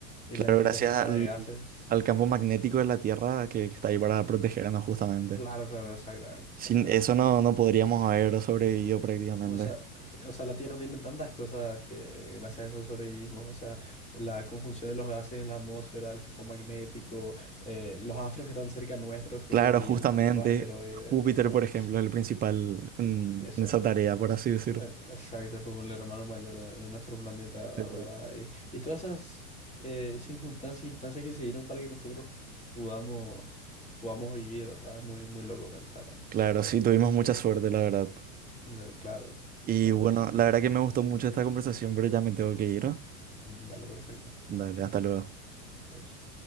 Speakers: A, on the left; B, on the right.
A: y
B: Claro,
A: las distintas
B: gracias
A: capas
B: al,
A: de gases.
B: al campo magnético de la Tierra que, que está ahí para protegernos justamente.
A: Claro, claro, exactamente, exactamente.
B: Sin eso no, no podríamos haber sobrevivido prácticamente.
A: O sea, o sea, la Tierra tiene tantas cosas que gracias a eso sobrevivimos. O sea, la conjunción de los gases en la atmósfera, el campo magnético, eh, los astros que están cerca nuestros que
B: Claro,
A: desvían
B: justamente
A: un poco los asteroides.
B: Júpiter,
A: O sea,
B: por ejemplo, es el principal en,
A: esa-
B: en esa tarea, por así decirlo.
A: eh, exacto, es como el hermano mayor de, de nuestro planeta,
B: Eh,
A: ¿verdad? Y, y todas esas eh, circunstancias e instancias que se dieron para que nosotros podamos, podamos vivir. O sea, es muy, muy loco pensar. ¿no?
B: Claro, sí, tuvimos mucha suerte, la verdad.
A: Ve- Claro,
B: Y
A: exactamente.
B: bueno, la verdad que me gustó mucho esta conversación, pero ya me tengo que ir. ¿no?
A: Dale, perfecto.
B: Dale, hasta luego.
A: Adiós.